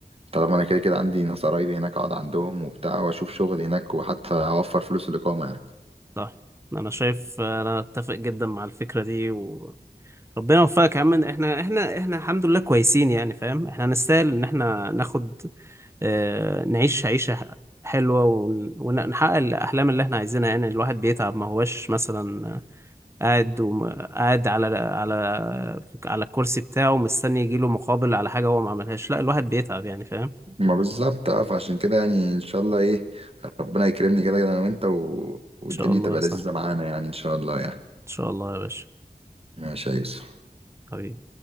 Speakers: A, on the right (about 40°); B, on the right (about 15°).
A: طالما انا كده كده عندي ناس قرايبي هناك اقعد عندهم وبتاع واشوف شغل هناك وحتى اوفر فلوس الاقامه يعني
B: صح انا شايف انا اتفق جدا مع الفكره دي و... ربنا يوفقك يا عم احنا احنا احنا الحمد لله كويسين يعني فاهم احنا نستاهل ان احنا ناخد آه، نعيش عيشة حلوة ون- ونحقق الأحلام اللي احنا عايزينها يعني الواحد بيتعب ما هوش مثلا قاعد وم... قاعد على على على الكرسي بتاعه مستني يجيله مقابل على حاجة هو ما عملهاش لا الواحد بيتعب يعني فاهم إن
A: ما بالظبط اه فعشان كده يعني ان شاء الله ايه ربنا يكرمني كده انا وانت و... والدنيا
B: شاء الله
A: تبقى
B: يا صاحبي
A: لذيذه معانا يعني ان شاء الله يعني
B: إن شاء الله يا باشا
A: ماشي يا يوسف
B: حبيبي